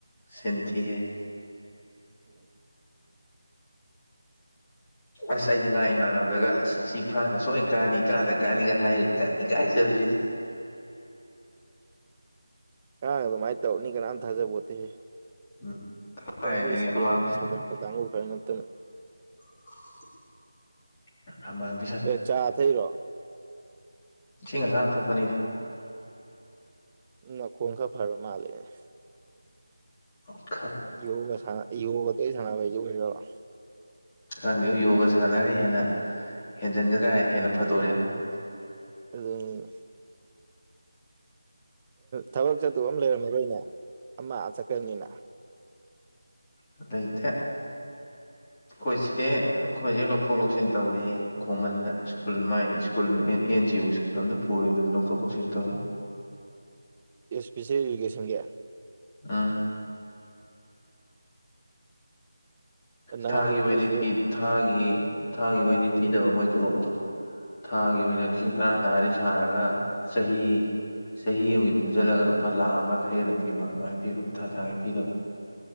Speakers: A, on the left; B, on the right.
A: ꯁꯤꯟꯊꯤꯍꯦ
B: ꯎꯝ <unintelligible>
A: ꯑꯁ ꯑꯩꯗꯤ ꯉꯥ ꯏꯃꯥꯟꯅꯕꯗꯒ ꯑꯁ ꯉꯁꯤ ꯐ꯭ꯔꯥꯟꯁꯇ ꯁꯣꯏꯅ ꯀꯥꯅꯤ ꯀꯥꯗ ꯀꯥꯅꯤꯒ ꯍꯥꯏ ꯏꯀꯥꯏꯖꯕꯁꯤꯗꯤ
B: ꯉꯔꯥꯡ ꯑꯗꯨꯃꯥꯏ ꯇꯧꯅꯤ ꯀꯅꯥꯝ ꯊꯥꯖꯕꯣꯠꯇꯦꯍꯦ
A: ꯎꯝ
B: ꯑꯣꯡ
A: ꯀꯥꯏꯗꯒꯤ
B: ꯅꯣꯏ ꯏꯁꯄꯦꯟ
A: ꯑꯃꯥꯡꯕꯤ
B: ꯁꯧꯒꯠꯄ ꯀꯥꯡꯕꯨ ꯈꯔ ꯅꯠꯇꯅ
A: <unintelligible> ꯑꯃꯥꯡ
B: ꯑꯦ ꯆꯥ ꯊꯩꯔꯣ
A: ꯏꯁꯤꯡ ꯑꯁꯥꯕ ꯊꯛꯄꯅꯤꯗ
B: ꯎ ꯅꯈꯣꯡ ꯈꯔ ꯐꯔꯕ ꯃꯥꯂꯦꯅꯦ
A: ꯑꯣꯈꯥ
B: ꯌꯣꯒ ꯁ ꯌꯣꯒ ꯇ ꯁꯥꯟꯅꯥ ꯄꯦ ꯃ <inaudible>
A: ꯈꯪꯗꯦꯗ ꯌꯣꯒ ꯁꯥꯟꯅꯔꯤꯅ ꯍꯦꯟꯅ ꯍꯦꯟꯖꯤꯟꯒꯗ꯭ꯔꯥ ꯍꯥꯢꯔꯒ ꯍꯦꯟꯅ ꯐꯗꯣꯔꯛꯑꯦꯕꯣ
B: ꯑꯗꯨꯅꯦ ꯊꯕꯛ ꯆꯠꯇꯨ ꯑꯃ ꯂꯩꯔꯝꯃꯔꯣꯏꯅꯦ ꯑꯃ ꯆꯠꯀ꯭ꯔꯕꯅꯤꯅ
A: ꯑꯗ ꯏꯇ <inaudible> ꯑꯩꯈꯣꯏꯁꯦ ꯑꯩꯈꯣꯏꯖꯦ ꯂꯧꯊꯣꯛ ꯂꯧꯁꯤꯟ ꯇꯧꯔꯤ ꯑꯩ ꯈꯣꯡꯃꯟꯗ school my school A N G O school ꯑꯝꯗ ꯄꯨꯔꯤ ꯑꯗꯨꯒ ꯂꯧꯊꯣꯛ ꯂꯧꯁꯤꯟ ꯇꯧꯋꯦ
B: ꯑꯦ ꯏꯁꯄꯤꯁꯦꯜ ꯏꯗꯨꯨꯀꯦꯁꯟꯒꯤ
A: ꯑꯥ
B: ꯅꯪ
A: ꯊꯥꯒꯤ
B: ꯑꯗꯨ
A: ꯑꯣꯏꯅꯗꯤ
B: ꯅꯣꯏꯁꯦ
A: ꯄꯤ ꯊꯥꯒꯤ ꯊꯥꯒꯤ ꯑꯣꯏꯅꯗꯤ ꯄꯤꯗꯕ ꯃꯣꯏ ꯇꯣꯂꯣꯞꯇꯣ ꯊꯥꯒꯤ ꯑꯣꯏꯅ ꯂꯤꯁꯤꯡ ꯇꯔꯥ ꯇꯔꯥꯗꯤ ꯁꯥꯔꯒ ꯆꯍꯤ ꯆꯍꯤ ꯑꯃꯒꯤ ꯄꯨꯟꯁꯤꯜꯂꯒ ꯂꯨꯄꯥ ꯂꯥꯈ ꯑꯃ ꯈꯔ ꯍꯦꯟꯅ ꯄꯤꯕ ꯑꯗꯨꯃꯥꯏꯅ ꯄꯤꯕ ꯊꯥ ꯊꯥꯒꯤ ꯄꯤꯗꯕ